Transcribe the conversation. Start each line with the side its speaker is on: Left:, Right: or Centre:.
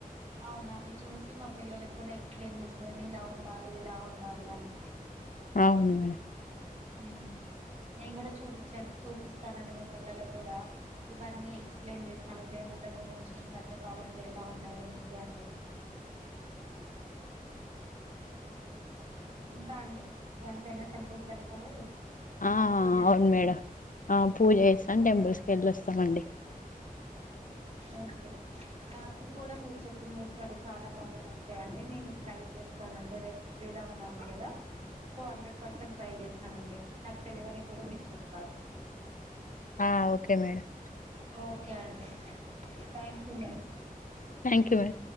Right: అవును అవి చూస్ సినిమా పిల్లలకి కూడా ఎక్స్ప్లెయిమ్ చేసినా ని ఇలా ఉండాలి ఇలా ఉండాలి అని
Left: అవును మేడమ్
Right: మ్మ్ నేను కూడా చూపించను చూపిస్తానండి మా పిల్లల కి కూడా ఇవన్నీ ఎక్సప్లయిన్ చేస్తాను దేవుండ్ల గురించి ఈ మధ్య కాలంలో ఎలా ఉన్నాయి ఏంటి అనేది ఇంకా అండి ఎంతైనా టెంపుల్ కెళ్తారు
Left: ఆ
Right: <inaudible>
Left: అవును మేడం ఆ పూజ చేస్తాం టెంపుల్స్ కి వెళ్ళొస్తామండి
Right: ఓకే నాకు కూడా మీరు చెప్పిన విషయాలు చాలా బాగా నచ్చయండి నేను ట్రై చేస్తానండి రేపు శ్రీరామ నవమి గదా సో హండ్రెడ్ పర్సెంట్ ట్రై చేస్త స్తను అండి నాకు తెలవనివి కూడా మీరు చెప్పారు
Left: ఆ ఓకే మేడమ్
Right: ఓకే అండి థ్యాంక్ యు మ్యామ్
Left: కు వరే